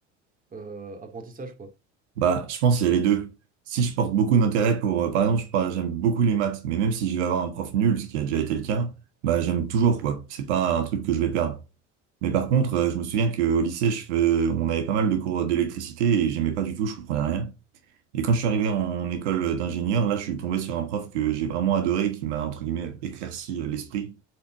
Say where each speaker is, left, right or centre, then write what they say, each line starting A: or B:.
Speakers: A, on the right (about 25°); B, on the right (about 85°).
A: euh, apprentissage, quoi?
B: Bah, je pense qu'il y a les deux. Si je porte beaucoup d'intérêt pour, euh, par exemple, je par- j'aime beaucoup les maths, mais même si je vais avoir un prof nul, ce qui a déjà été le cas, bah, j'aime toujours, quoi. C'est pas un truc que je vais perdre. Mais par contre, euh, je me souviens qu'au lycée, je fais- on avait pas mal de cours d'électricité et j'aimais pas du tout, je comprenais rien. Et quand je suis arrivé en école d'ingénieur, là, je suis tombé sur un prof que j'ai vraiment adoré, qui m'a, entre guillemets, éclairci euh, l'esprit.